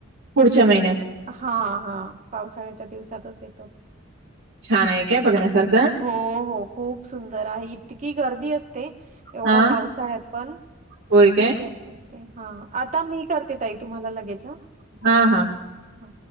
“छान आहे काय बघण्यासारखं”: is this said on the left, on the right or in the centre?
Right